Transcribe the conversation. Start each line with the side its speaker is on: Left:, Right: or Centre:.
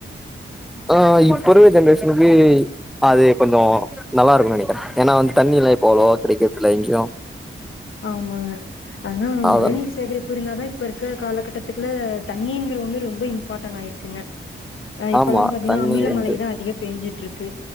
Centre: ஆ இப்ப இருக்ற ஜென்ரேஷனுக்கு அது கொஞ்சோ நல்லா இருக்குனு நெனைக்கிறே ஏனா வந்து தண்ணி எல்லா இப்போலோ அவ்ளோவா கெடைக்றது இல்ல எங்கையு
Left: ஆமாங்க ஆனா
Centre: அத
Left: மழை நீர் சேகரிப் பு இருந்தாதா இப்ப இருக்க காலகட்டத்துக்ல தண்ணிங்ற ஒன்னு ரொம்ப இம்ப்பார்டன் ஆயிடுச்சுங்க ஆ இப்பெல்லா
Centre: ஆமா
Left: பாத்திங்ன்னா
Centre: தண்ணி
Left: அமில
Centre: வந்து
Left: மழைதா அதிக பேஞ்சிட்ருக்கு